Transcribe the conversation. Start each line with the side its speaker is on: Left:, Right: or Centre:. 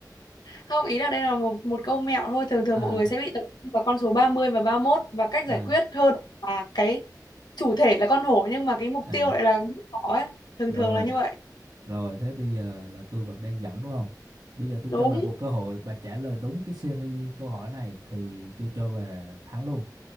Left: Không, ý là đây là một một câu mẹo thôi, thường thường
Right: à
Left: mọi người sẽ bị tập trung vào con số 30 và ba mốt và cách
Right: à
Left: giải quyết hơn là cái chủ thể là con hổ nhưng mà cái mục
Right: à
Left: tiêu lại là con thỏ ấy, thường
Right: rồi
Left: thường là như vậy.
Right: rồi thế bây giờ là tôi vẫn đang dẫn đúng không bây giờ tôi
Left: Đúng,
Right: cho bà một cơ hội bà trả lời đúng cái series câu hỏi này thì tôi cho bà thắng luôn